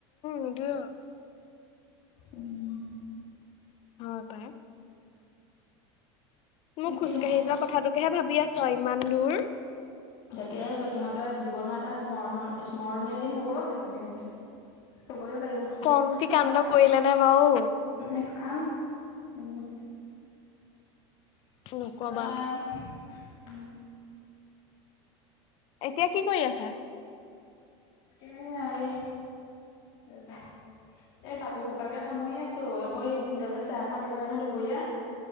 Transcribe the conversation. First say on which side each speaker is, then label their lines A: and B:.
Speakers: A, on the left; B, on the left.
A: <unintelligible>
B: উম।
A: হয় পায়।
B: সেইটোৱে
A: মোক খোজ কাঢ়ি যোৱা কথাটোকেহে ভাবি আছো ইমান দূৰ।
B: তাকে হলো সিহঁতৰ জীৱনৰ এটা স্মৰণৰ-স্মৰণীয় দিন হ'ব সেইটো দিন। হবগে পাৰিব। <unintelligible>
A: কমটি কাণ্ড কৰিলে নে বাৰু
B: খাম উম। <unintelligible>
A: নকবা এতিয়া কি কৰি আছা?
B: এতিয়া এইয়া এ, ৰ'বা। এই কাপোৰ খোপাকে সামৰি আছো, আকৌ এই ভিন্দলে চাহ এখন দিব লাগে ন দুপৰীয়া।